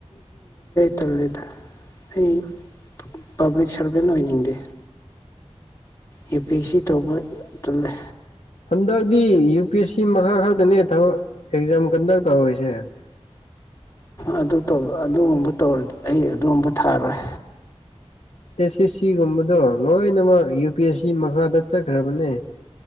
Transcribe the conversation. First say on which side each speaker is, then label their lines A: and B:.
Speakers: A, on the left (about 25°); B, on the left (about 80°).
A: ꯇꯜꯂꯤꯗ ꯑꯩ ꯄꯥꯕ꯭ꯂꯤꯛ ꯁꯥꯔꯚꯦꯟ ꯑꯣꯏꯅꯤꯡꯗꯦ ꯑꯦ ꯄꯤ ꯑꯦꯁ ꯁꯤ ꯇꯧꯕ ꯇꯜꯂꯦ
B: ꯍꯟꯗꯛꯇꯤ ꯌꯨ ꯄꯤ ꯑꯦꯁ ꯁꯤ ꯃꯈꯥ ꯈꯛꯇꯅꯦ ꯊꯕꯛ ꯑꯦꯛꯖꯥꯝ ꯀꯟꯗꯛ ꯇꯧꯔꯤꯁꯦ
A: ꯑꯗꯨꯇꯧ ꯑꯗꯨꯒꯨꯝꯕ ꯇꯧꯔ ꯑꯩ ꯑꯗꯨꯒꯨꯝꯕ ꯊꯥꯔꯣꯏ
B: ꯑꯦꯁ ꯑꯦꯁ ꯁꯤꯒꯨꯝꯕꯗꯣ ꯂꯣꯏꯅꯃꯛ ꯌꯨ ꯄꯤ ꯑꯦꯁ ꯁꯤ ꯃꯈꯥꯗ ꯆꯠꯈ꯭ꯔꯕꯅꯦ